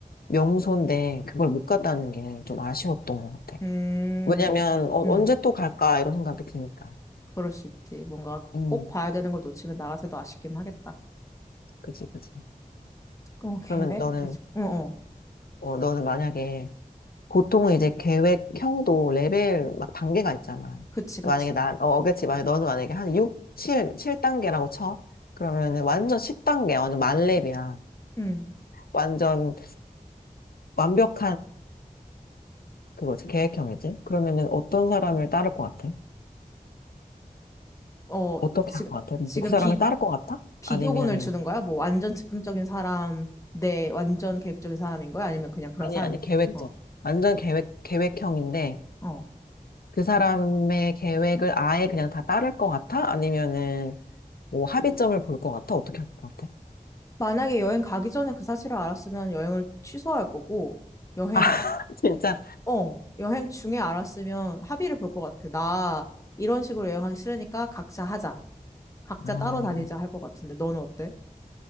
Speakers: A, on the left; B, on the left.
A: 명소인데 그걸 못 갔다는 게 좀 아쉬웠던 것 같아.
B: 음,
A: 왜냐면
B: 뭐,
A: 어,
B: 음,
A: 언제 또 갈까 이런 생각이 드니까.
B: 그럴 수 있지. 뭔가
A: 음,
B: 꼭 봐야 되는 걸 놓치면 나 같아도 아쉽긴 하겠다.
A: 그치, 그치.
B: 어, 계획?
A: 그러면 너는,
B: 그치. 어, 어.
A: 어, 너는 만약에 보통은 이제 계획형도 레벨 막 단계가 있잖아.
B: 그치, 그치.
A: 만약에 나, 어, 어겠지. 만약에 너는 만약에 한 6, 7, 7단계라고 쳐. 그러면은 완전 10단계, 완전 만렙이야.
B: 음,
A: 완전 완벽한 그거지. 계획형이지. 그러면은 어떤 사람을 따를 것 같아?
B: 어,
A: 어떻게
B: 지금,
A: 할 것 같아? 그
B: 지금
A: 그 사람을
B: 비,
A: 따를 것 같아?
B: 비교군을
A: 아니면,
B: 주는 거야? 뭐 완전 즉흥적인 사람 내 완전 계획적인 사람인 거야? 아니면 그냥 그런
A: 아니,
B: 사람?
A: 아니, 계획적.
B: 어,
A: 완전 계획, 계획형인데
B: 어.
A: 그 사람의 계획을 아예 그냥 다 따를 것 같아? 아니면은 뭐 합의점을 볼 것 같아? 어떻게 할 것 같아?
B: 만약에 여행 가기 전에 그 사실을 알았으면 여행을 취소할 거고 여행
A: 아, <laughs> 진짜.
B: 어 여행 중에 알았으면 합의를 볼 것 같아. 나 이런 식으로 여행하기 싫으니까 각자 하자. 각자
A: 아,
B: 따로 다니자 할 것 같은데 너는 어때?